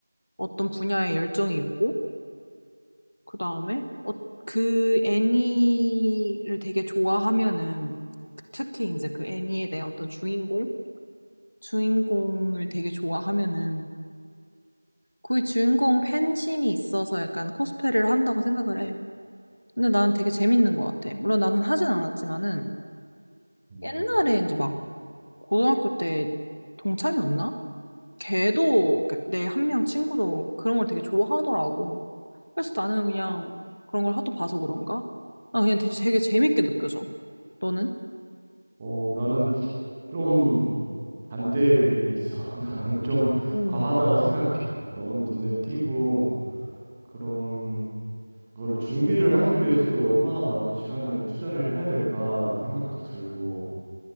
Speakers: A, on the left; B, in the centre.
A: 어떤 분야에 열정이 있고, 그 다음에 어, 그 애니를 되게 좋아하면은 그 특히 이제 그 애니에 대한 어떤 주인공? 주인공을 되게 좋아하면은 그 주인공 팬심이 있어서 약간 코스프레를 한다고 생각을 해. 근데 나는 되게 재밌는 것 같아. 물론 나는 하진 않았지만은
B: 음,
A: 옛날에 이제 막 고등학교 때 동창이었나? 걔도 그 내한 명 친구도 그런 걸 되게 좋아하더라고. 그래서 나는 그냥 그런 걸 하도 봐서 그런가? 아 그냥 되게, 되게 재밌게 느껴져. 너는?
B: 어, 나는 좀 반대 의견이 있어. <laughs> 나는 좀
A: 음,
B: 과하다고 생각해. 너무 눈에 띄고 그런 그거를 준비를 하기 위해서도 얼마나 많은 시간을 투자를 해야 될까라는 생각도 들고,